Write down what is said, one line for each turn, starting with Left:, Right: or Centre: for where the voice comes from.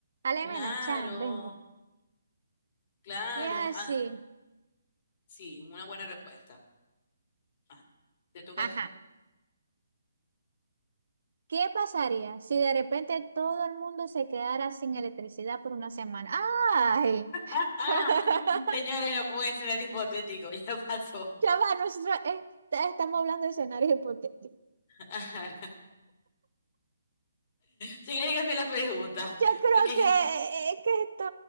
Right: Alemania,
Left: Claro,
Right: cha, vengo.
Left: claro.
Right: Y así,
Left: Ah, sí, una buena respuesta. Ah, te toca
Right: ajá.
Left: a ti. <laughs>
Right: ¿Qué pasaría si de repente todo el mundo se quedara sin electricidad por una semana? ¡Ay!
Left: Ah,
Right: <laughs>
Left: señores, no fue un escenario hipotético, <laughs> ya pasó.
Right: Ya va, nosotros est- estamos hablando de escenarios hipotéticos.
Left: Ajá. Sí, hay que la pregunta,
Right: Yo creo
Left: porque
Right: que,
Left: ya-
Right: eh, que esto,